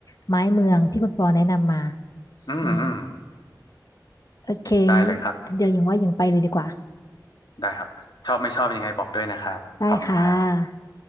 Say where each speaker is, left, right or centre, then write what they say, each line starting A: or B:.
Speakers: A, on the left; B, on the left.
A: ไม้เมืองที่คุณปอแนะนำมา
B: อืมอืม
A: อืมโอเคงั้นเดี๋ยวหญิงว่าหญิงไปเลยดีกว่า
B: ได้เลยครับได้ครับชอบไม่ชอบยังไงบอกด้วยนะครับขอบคุณครับ
A: ได้ค่ะ